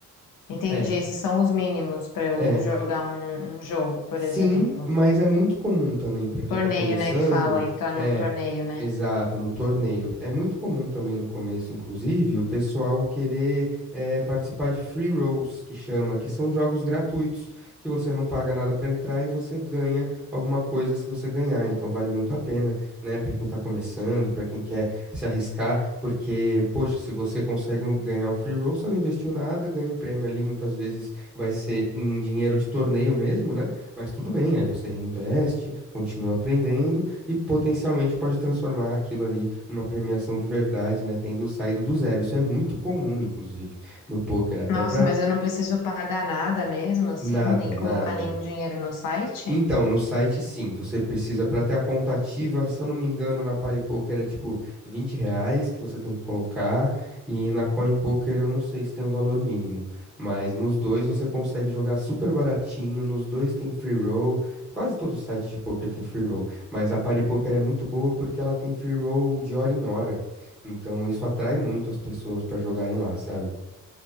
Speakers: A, on the left; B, in the centre.
A: Entendi.
B: É,
A: Esses são os mínimos para eu
B: é.
A: jogar um, um jogo, por
B: Sim,
A: exemplo.
B: mas é muito comum também para quem
A: Torneio,
B: tá começando.
A: né, que fala, entrar num
B: É,
A: torneio, né?
B: exato, no torneio. É muito comum também no começo, inclusive, o pessoal querer eh, participar de free rolls, que chama, que são jogos gratuitos, que você não paga nada para entrar e você ganha alguma coisa se você ganhar. Então vale muito a pena, né, para quem tá começando, para quem quer se arriscar, porque, poxa, se você consegue um- ganhar um free roll, você não investiu nada, ganha um prêmio ali, muitas vezes vai ser em dinheiro de torneio mesmo, né? Mas tudo bem, aí você reinveste, continua aprendendo e potencialmente pode transformar aquilo ali numa premiação de verdade, né? Tendo saído do zero. Isso é muito comum, inclusive, no poker, até
A: Nossa,
B: para
A: mas eu não preciso pagar nada mesmo, assim,
B: nada,
A: nem colocar
B: nada.
A: nenhum dinheiro no site?
B: Então, no site sim, você precisa para ter a conta ativa, se eu não me engano, na PariPoker é tipo 20 reais que você tem que colocar, e na CoinPoker eu não sei se tem um valor mínimo, mas nos dois você consegue jogar super baratinho, nos dois tem free roll, quase todo site de poker tem free roll, mas a PariPoker é muito boa porque ela tem free roll de hora em hora, então isso atrai muito as pessoas para jogarem lá, sabe?